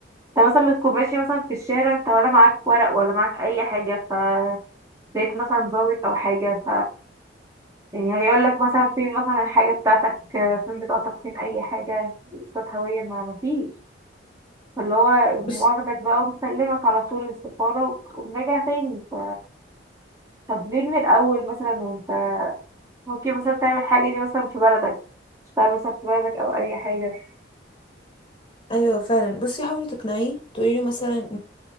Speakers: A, on the right; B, on the left.
A: انت مثلا بتكون ماشي مثلا في الشارع انت ولا معاك ورق ولا معاك أي حاجة ف لقيت مثلا ضابط أو حاجة يعني هيقول لك مثلا فين مثلا الحاجة بتاعتك فين بطاقتك فين أي حاجة إثبات هوية ما مفيش فاللي هو يقوم
B: بص
A: واخدك بقى ومسلمك على طول للسفارة وبت- وبنرجع تاني ف- طب ليه من الأول مثلا وأنت ممكن مثلا تعمل حاجة دي مثلا في بلدك تشتغل مثلا في بلدك أو أي حاجة
B: ايوه فعلا بصي حاولي تقنعيه تقولي له مثلا